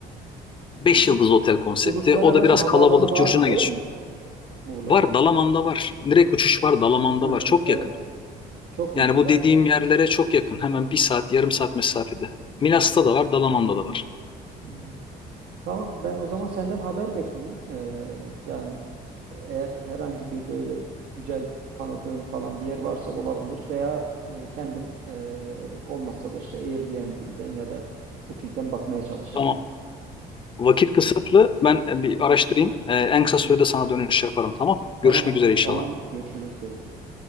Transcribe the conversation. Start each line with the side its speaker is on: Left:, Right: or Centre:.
Left: beş
Right: Bir u-
Left: yıldız otel konsepti
Right: uluslararası
Left: o da biraz
Right: havaalanı
Left: kalabalık
Right: vardı
Left: curcuna
Right: değil
Left: geçiyor
Right: mi Muğla'da?
Left: var Dalaman'da var direkt uçuş var Dalaman'da
Right: Ha,
Left: var çok
Right: evet.
Left: yakın
Right: Çok
Left: yani
Right: iyi.
Left: bu
Right: Yani
Left: dediğim yerlere çok yakın hemen bir saat yarım saat mesafede Milas'ta da var Dalaman'da da var.
Right: Hmm. tamam ben o zaman senden haber bekleyeyim. Ee, yani eğer herhangi bir böyle güzel tanıdığım falan bir yer varsa olabilir veya e, kendim e, olmazsa da işte Airbnb'den ya da Booking'den bakmaya çalışayım.
Left: Tamam. Vakit kısıtlı. Ben e, bir araştırayım. E, en
Right: Hı
Left: kısa sürede
Right: hı.
Left: sana dönüş yaparım. Tamam.
Right: Tamam.
Left: Görüşmek üzere inşallah.
Right: Tamam. Görüşürüz Beytullah.